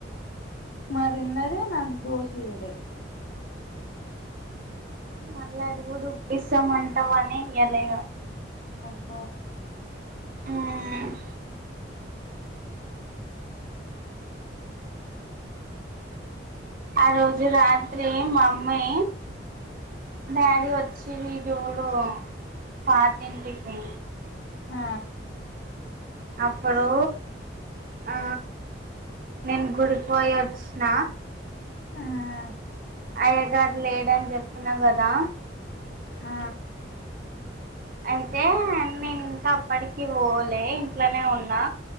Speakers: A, on the left (about 70°); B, on the right (about 50°).
A: మాదిన్నదే నాకు దోష ఇదే
B: మళ్ళీ అది కూడా ఉప్పిస్తామంటావ అని ఇయ్యలే
A: ఆ
B: హ్మ్
A: అ
B: ఆ రోజు రాత్రి మమ్మీ డాడి వచ్చి చూడు పాతింటికి
A: ఆ
B: అప్పుడు ఆ నేను గుడి పోయి వచ్చిన
A: ఆ
B: అయ్యగారు లేడని చెప్పిన కదా
A: ఆ
B: అ అయితే నేను ఇంకా అప్పటికి పోలే ఇంట్లోనే ఉన్నా